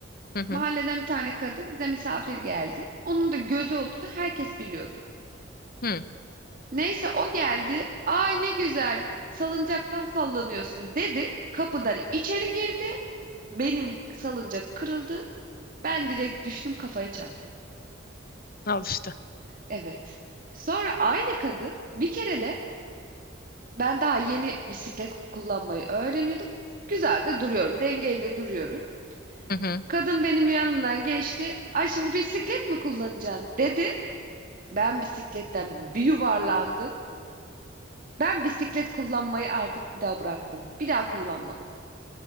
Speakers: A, on the left; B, on the right.
A: Hı hı.
B: Mahalleden bir tane kadın bize misafir geldi. Onun da gözü olduğunu herkes biliyordu.
A: Hı.
B: Neyse o geldi. Ay ne güzel salıncaktan sallanıyorsun dedi. Kapıdan içeri girdi. Benim salıncak kırıldı. Ben direkt düştüm kafaya çarptım.
A: Al işte.
B: Evet. Sonra aynı kadın bir kere de ben daha yeni bisiklet kullanmayı öğreniyordum. Güzel de duruyorum. Dengeli de duruyorum.
A: Hı hı.
B: Kadın benim yanımdan geçti. Ay şimdi bisiklet mi kullanacaksın dedi. Ben bisikletten bir yuvarlandım. Ben bisiklet kullanmayı artık bir daha bıraktım. Bir daha kullanmadım.